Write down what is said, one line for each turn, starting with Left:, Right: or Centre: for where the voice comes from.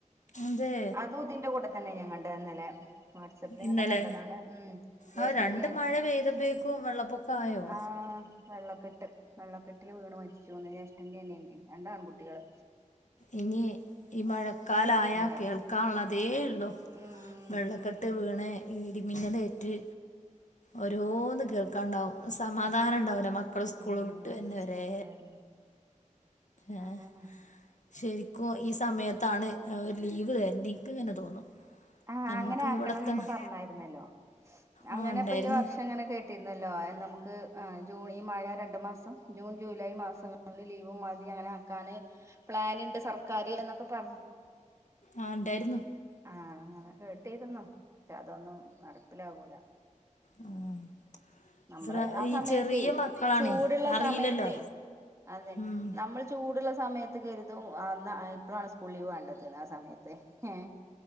Left: അതെ
Right: അതും ഇതിന്റെ കൂട്ടെ തന്നെ ഞാൻ കണ്ടത് ഇന്നലെ വാട്സ്അപ്പിലിങ്ങനെ
Left: ഇന്നലെ
Right: കണ്ടതാണ് ഉം ജ്യേഷ്ഠൻ്റെം
Left: ആ രണ്ട്
Right: അനി
Left: മഴ പെയ്തപ്പേക്കും വെള്ളപ്പൊക്ക ആയോ
Right: ആഹ് വെള്ളക്കെട്ട് വെള്ളക്കെട്ടില് വീണ് മരിച്ചൂന്ന് ജേഷ്ഠൻ്റെം അനിയ രണ്ട് ആൺ കുട്ടികള്
Left: ഇനി ഈ മഴക്കാലായ
Right: കുട്ടികള്
Left: കേൾക്കാൻള്ളതേള്ളൂ
Right: ഉം
Left: വെള്ളക്കെട്ട് വീണ് ഈ ഇടിമിന്നലേറ്റ് ഓരോന്ന് കേൾ കണ്ടോ സമാധാനം
Right: ഉം
Left: ഉണ്ടാവില്ല മക്കള് സ്കൂള്
Right: ഉം
Left: വിട്ട് വന്ന വരെ
Right: സ്കൂൾ വിട്ടായിരുന്നു
Left: എഹ്
Right: അതാണ്
Left: ശെരിക്കും ഈ സമയത്താണ് ഒരു ലീവ് തരണ്ടെ നിക്ക് ഇങ്ങനെ തോന്നും
Right: ആഹ്
Left: നമുക്ക്
Right: അങ്ങനെ ആക്കണന്നൊക്കെ
Left: ഇവിടെത്തന്നെ
Right: പറഞ്ഞായിരുന്നല്ലോ അങ്ങനെ
Left: ആ ഉണ്ടായിരുന്നു
Right: ഇപ്പൊ ഈ വർഷം ഇങ്ങനെ കേട്ടിരുന്നല്ലോ ഏഹ് നമുക്ക് ആഹ് ജൂൺ ഈ മഴ രണ്ട് മാസം ജൂൺ ജൂലൈ മാസങ്ങളില് ലീവ് മതി അങ്ങനെ ആക്കാന് പ്ലാനുണ്ട് സർക്കാര് എന്നൊക്കെ പറഞ്ഞു
Left: ആ ഇണ്ടായിരുന്നു
Right: ആഹ് അങ്ങനെ കേട്ടിരുന്നു, പക്ഷെ അതൊന്നും നടപ്പിലാവൂല
Left: ഉം
Right: നമ്മള്
Left: ശ്ര
Right: ആ
Left: ഈ
Right: സമയത്തേ
Left: ചെറിയ മക്കളാണേ
Right: ചൂടുള്ള
Left: അറിയില്ലല്ലോ
Right: സമയത്തെ അതെ
Left: ഉം
Right: നമ്മള് ചൂടുള്ള സമയത്ത് കരുതും അന്ന ഏഹ് ഇപ്പളാണ് സ്കൂൾ ലീവ് വേണ്ടതിന്ന് ആ സമയത്ത് ഏഹ്